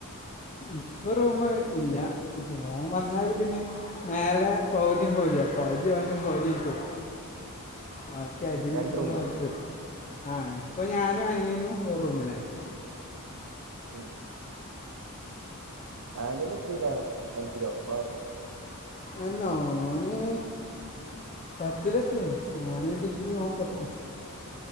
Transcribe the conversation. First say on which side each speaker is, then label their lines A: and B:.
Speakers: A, on the left; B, on the right.
A: ഇപ്പൊ റൂം ഇല്ല ഓൻ വന്നാല് പിന്നെ മേലെ പൗതിയും പൗതിയ പൗതി വന്നും പൗതി ന്ക്കും ബാക്കി അടിയിൽ
B: ഉം രണ്ട്
A: ഫുള്ള്
B: റൂമോ
A: ഓല്ക് ആഹ് ഇപ്പം ഞാനും അനിയനും റൂമിലുണ്ട്
B: ഉമ് ആനിയൻ എത്രല്ല അഞ്ചിലോ ആർ ലൊ
A: എല്ല ഓന് പത്തില എത്തീൺ ഞാൻ ഡിഗ്രി ഓൻ പത്തും
B: ഓ